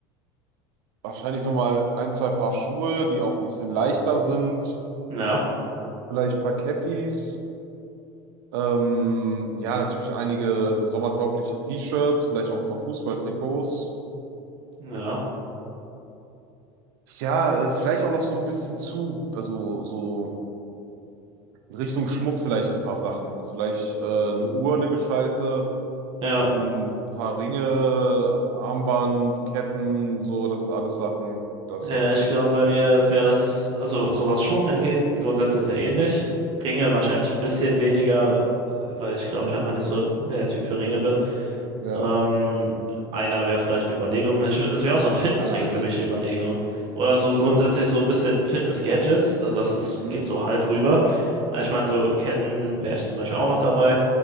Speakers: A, on the right; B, on the right.
A: wahrscheinlich nochmal ein, zwei Paar Schuhe, die auch ein bisschen leichter sind.
B: Ja,
A: Vielleicht ein paar Cappies. Ähm, ja, natürlich einige sommertaugliche T-Shirts, vielleicht auch ein paar Fußballtrikots.
B: ja,
A: Ja, äh, vielleicht auch noch so ein bisschen zu, also so in Richtung Schmuck vielleicht ein paar Sachen. Vielleicht äh, eine Uhr, eine gescheite,
B: ja.
A: ein paar Ringe, Armband, Ketten, so, das sind alles Sachen. Das,
B: Ja,
A: das
B: ich
A: würde
B: glaube,
A: ich wahrscheinlich
B: bei mir
A: schon machen.
B: wäre das, also so was Schmuck angeht, grundsätzlich sehr ähnlich. Ringe wahrscheinlich
A: Mhm,
B: ein bisschen weniger, weil ich glaube, ich einfach nicht so der Typ für Ringe bin.
A: ja.
B: Ähm, einer wäre vielleicht eine Überlegung. Ich, es wäre auch so ein Fitnessring
A: Ja, einer
B: für mich
A: geht
B: eine
A: immer.
B: Überlegung. Oder so
A: Stimmt.
B: grundsätzlich so ein bisschen Fitness-Gadgets. Also das ist,
A: Mhm.
B: geht so halb rüber. Ich meine, so Ketten wäre ich zum Beispiel auch noch dabei.